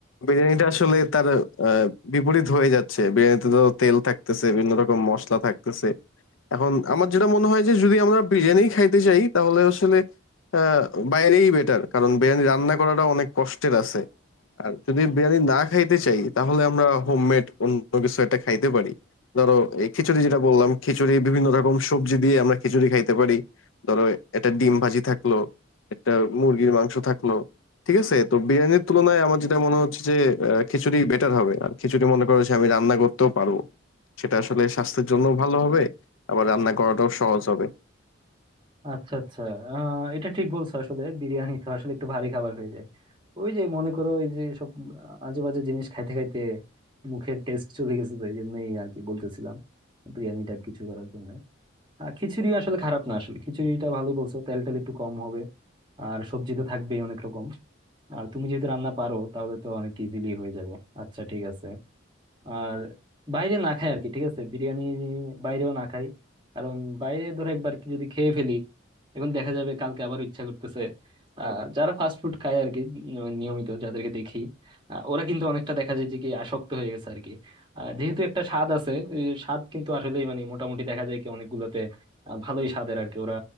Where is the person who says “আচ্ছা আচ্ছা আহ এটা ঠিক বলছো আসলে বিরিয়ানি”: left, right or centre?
Right